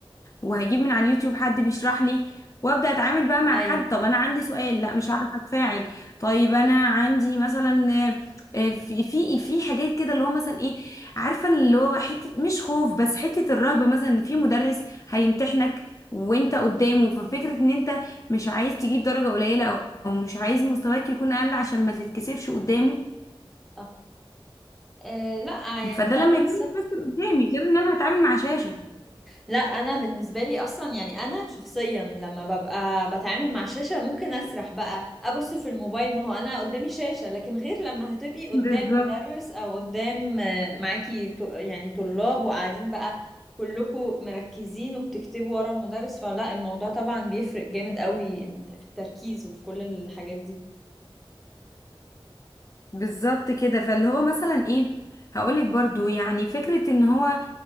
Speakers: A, on the left; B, in the centre.
A: وهجيب من على اليوتيوب حد بيشرح لي وابدا اتعامل بقى مع
B: ايوه
A: حد طب انا عندي سؤال لا مش هعرف اتفاعل طيب انا عندي مثلا آه، آه، في في في حاجات كده اللي هو مثلا ايه عارفه اللي هو حته مش خوف بس حته الرهبه مثلا ان في مدرس هيمتحنك وانت قدامه ففكره ان انت مش عايز تجيب درجه قليله او أو مش عايز مستواك يكون اقل عشان ما تتكسفش قدامه
B: صح آه لا آه، يعني
A: فده
B: طبعا
A: لما يكون
B: صح
A: بس قدامي غير ان انا هتعامل مع شاشه
B: لا انا بالنسبه لي اصلا يعني انا شخصيا لما ببقى بتعامل مع شاشه ممكن اسرح بقى ابص في الموبايل ما هو انا قدامي شاشه لكن غير لما هتبقي قدام
A: بالظبط
B: مدرس او قدام آه، معاكي ط- يعني طلاب وقاعدين بقى كلكم مركزين وبتكتبوا ورا المدرس فلا الموضوع طبعا بيفرق جامد قوي إن- في التركيز وفي كل الحاجات دي
A: بالظبط كده فاللي هو مثلا ايه هقولك برضو يعني فكرة ان هو